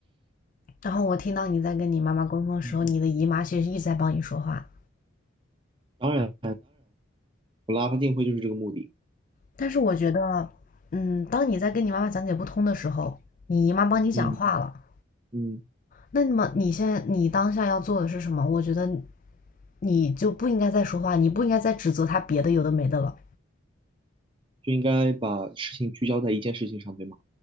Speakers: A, on the left; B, on the right.
A: 然后我听到你在跟你妈妈沟通的时候，
B: 嗯
A: 你的姨妈其实一直在帮你说话，
B: 当然，我拉他进会就是这个目的。
A: 但是我觉得，嗯，当你在跟你妈妈讲解不通的时候，你姨妈帮你讲话了。
B: 嗯嗯，
A: 那么你现在你当下要做的是什么？我觉得你就不应该再说话，你不应该再指责他别的有的没的了。
B: 就应该把事情聚焦在一件事情上，对吗？